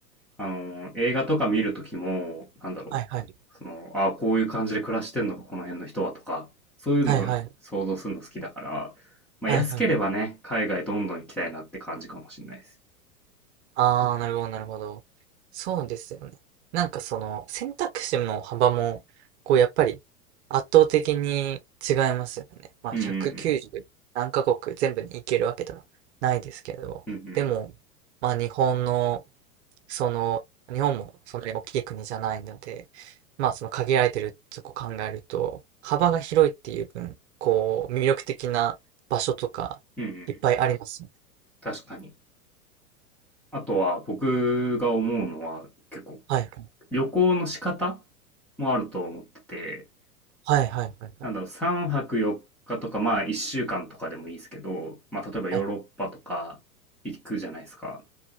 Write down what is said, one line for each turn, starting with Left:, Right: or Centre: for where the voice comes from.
Centre: あの、映画とか見るときも、なんだろう。
Right: はいはい。
Centre: その、ああ、こういう感じで暮らしてんのか、この辺の人はとか、そういうのを想像するの好きだから、
Right: はいはい。
Centre: まあ安ければね、
Right: はいはい。
Centre: 海外どんどん行きたいなって感じかもしれないです。
Right: ああ、なるほど、なるほど。そうですよね。なんかその選択肢の幅も、こうやっぱり圧倒的に違いますよね。まあ190何カ国全部に行けるわけではないですけど、
Centre: うんうんうん。うんうん。
Right: でも、まあ日本のその、日本もそんなに大きい国じゃないので、まあその限られてるとこ考えると、幅が広いっていう分、こう、魅力的な場所とか、
Centre: うんうん。
Right: いっぱいありますよね。
Centre: 確かに。あとは僕が思うのは結構
Right: はいはい。
Centre: 旅行の仕方もあると思ってて、
Right: はいはいはいはい。
Centre: なんだろう、3泊4日とか、まあ1週間とかでもいいですけど、まあ例えばヨーロッパとか行くじゃないですか。
Right: はい